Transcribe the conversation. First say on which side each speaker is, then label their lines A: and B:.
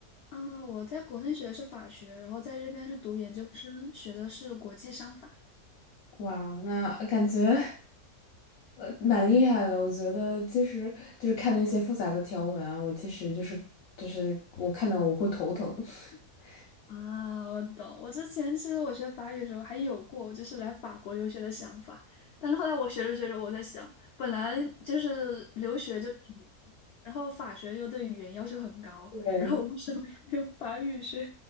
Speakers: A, on the left; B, on the left.
A: 啊，我在国内学的是法学，然后在这边是读研究生，学的是国际商法。
B: 哇，那感觉呃蛮厉害的。我觉得其实就是看那些复杂的条文啊，我其实就是就是我看到我会头疼。<laughs>
A: 啊，我懂。我之前其实我学法语的时候还有过，就是来法国留学的想法，但是后来我学着学着，我在想，本来就是留学就挺难，然后法学又对语言要求很高，
B: 对，
A: 然后我为什么要用法语学